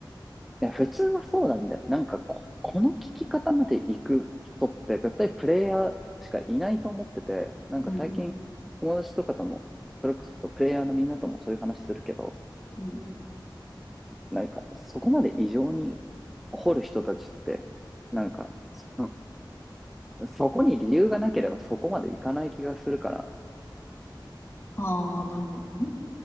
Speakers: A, in the centre; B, on the left.
A: いや、普通はそうなんだよ。なんかこ、この聞き方まで行く人って絶対プレイヤーしかいないと思ってて、なんか最近友達とかとも、
B: うん、
A: それこそプレイヤーのみんなともそういう話するけど、
B: うん。
A: なんかそこまで異常に掘る人たちって、なんか、そそこに理由がなければそこまで行かない気がするから、
B: ああ、なるほどね。